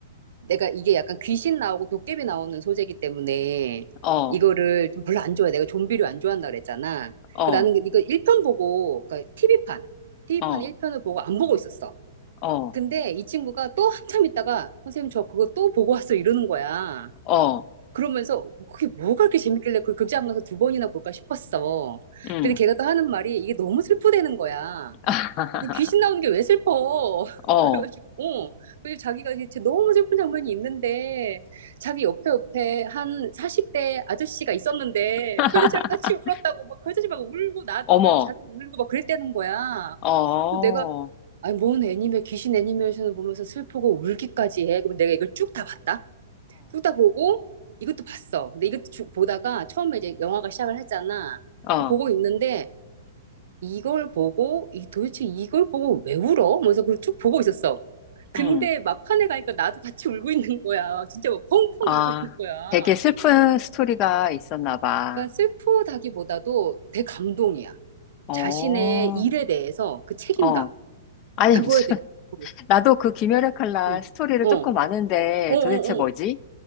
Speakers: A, on the right (about 65°); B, on the left (about 40°).
A: 내가 이게 약간 귀신 나오고 도깨비 나오는 소재이기 때문에
B: 어,
A: 이거를 좀 별로 안 좋아해. 내가 좀비를 안 좋아한다 그랬잖아.
B: 어,
A: 그 나는 이거 1편 보고, 그러니까 TV판, TV판
B: 어,
A: 1편을 보고 안 보고 있었어.
B: 어,
A: 근데 이 친구가 또 한참 있다가 선생님 저 그거 또 보고 왔어 이러는 거야.
B: 어,
A: 그러면서 그게 뭐가 그렇게 재밌길래 그 극장 가서 두 번이나 볼까 싶었어.
B: 음,
A: 근데 걔가 또 하는 말이 이게 너무 슬프대는 거야.
B: <laughs>
A: 아니 귀신 나오는 게 왜 슬퍼? <laughs>
B: 어,
A: 그래가지고 어. 그리고 자기가 이 진짜 너무 슬픈 장면이 있는데 자기 옆에 옆에 한 40대 아저씨가 있었는데
B: <laughs>
A: 그 아저씨랑 같이 울었다고 막 그 아저씨 막 울고 나도
B: 어머,
A: 울고 자기도 울고 막 그랬다는 거야.
B: 어, 어,
A: 그래서 내가 아니 뭔 애니메 귀신 애니메이션을 보면서 슬프고 울기까지 해. 그럼 내가 이걸 쭉 다 봤다. 쭉 다 보고 이것도 봤어. 근데 이것도 쭉 보다가 처음에 이제 영화가 시작을 했잖아.
B: 어,
A: 그거 보고 있는데 이걸 보고 이 도대체 이걸 보고 왜 울어? 그래서 그걸 쭉 보고 있었어. 근데
B: 음,
A: 막판에 가니까 나도 같이 <laughs> 울고 있는 거야. 진짜 막 펑펑
B: 아,
A: 울고 있는 거야.
B: 되게 슬픈 스토리가 있었나 봐.
A: 그러니까 슬프다기보다도 대감동이야.
B: 어,
A: 자신의 일에 대해서 그 책임감,
B: 어. 아니,
A: 그거에
B: 무슨,
A: 대해서.
B: <laughs> 나도 그 김열의 칼날
A: 응.
B: 스토리를
A: 어,
B: 조금 아는데
A: 어, 어,
B: 도대체 뭐지?
A: 어,